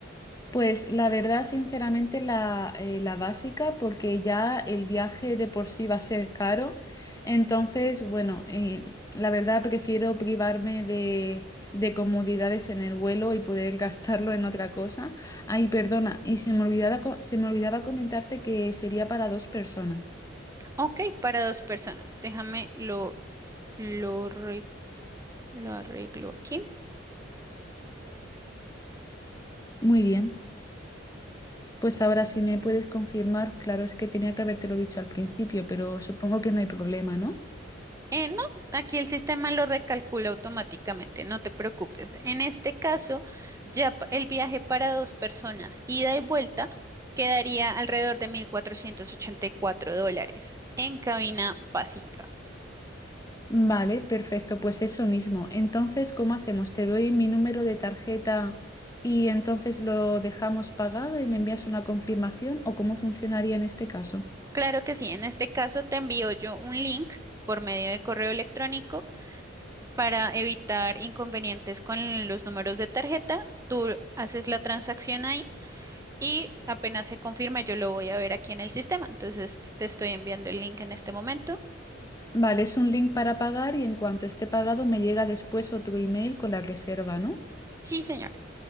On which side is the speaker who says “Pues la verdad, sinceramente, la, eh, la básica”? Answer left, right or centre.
Left